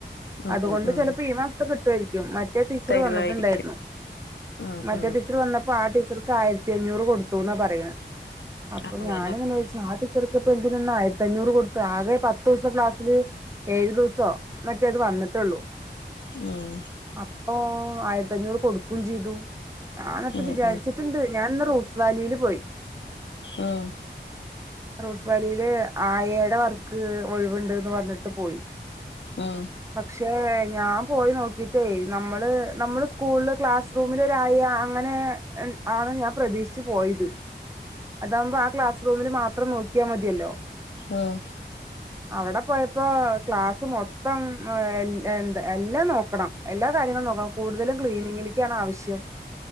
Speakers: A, on the left (about 85°); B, on the right (about 15°).
A: ഉം
B: അതുകൊണ്ട്
A: ഉം
B: ചെലപ്പോ ഈ മാസത്തെ കിട്ടുവായിരിക്കും. മറ്റേ ടീച്ചർ
A: തരുവായിരിക്കും
B: വന്നിട്ടുണ്ടായിരുന്നു.
A: ഉം
B: മറ്റേ
A: ഉം
B: ടീച്ചർ വന്നപ്പോ ആ ടീച്ചർക്ക് ആയിരത്തി അഞ്ഞൂറ് കൊടുത്തുന്ന പറയ്ണെ.
A: <unintelligible>
B: അപ്പൊ ഞാനിങ്ങനെ
A: ഉം
B: ചോദിച്ചു. ആ ടീച്ചർക്ക് ഇപ്പൊ എന്തിനാ ആയിരത്തി അഞ്ഞൂറ് കൊടുത്തെ ആകെ പത്ത് ദിവസം ക്ലാസ്സില് ഏഴു ദിവസോ മറ്റേ അത് വന്നിട്ടുള്ളൂ.
A: ഉം
B: അപ്പൊ ആയിരത്തി അഞ്ഞൂറ് കൊടുക്കും ചെയ്തു ഞാനത്
A: ഉം ഉം ഉം ഉം ഉം
B: വിചാരിച്ചിട്ടുണ്ട്
A: ഉം ഉം ഉം ഉം ഉം
B: ഞാൻ ഇന്ന് റോഡ് വാലില് പോയി
A: ഉം
B: റോസ് വാലിയില് ആയേടെ വർക്ക് ഒഴിവുണ്ട്ന്ന് പറഞ്ഞിട്ട് പോയി
A: മ്
B: പക്ഷേ ഞാൻ പോയി നോക്കീട്ടേ നമ്മള് നമ്മള് സ്കൂളില് ക്ലാസ് റൂമിലൊര് ആയ അങ്ങനെ ആണ് ഞാൻ പ്രതീക്ഷിച്ച് പോയത് അതാമ്പോ ആ ക്ലാസ്റൂമില് മാത്രം നോക്കിയാ മതിയല്ലോ
A: ആഹ്
B: അവിടെ പോയപ്പോ ക്ലാസ്സ് മൊത്തം എന്താ എല്ലാം നോക്കണം എല്ലാ കാര്യങ്ങളും നോക്കണം കൂടുതലും ക്ലീനിങ്ങില്ക്ക്യാണ് ആവിശ്യം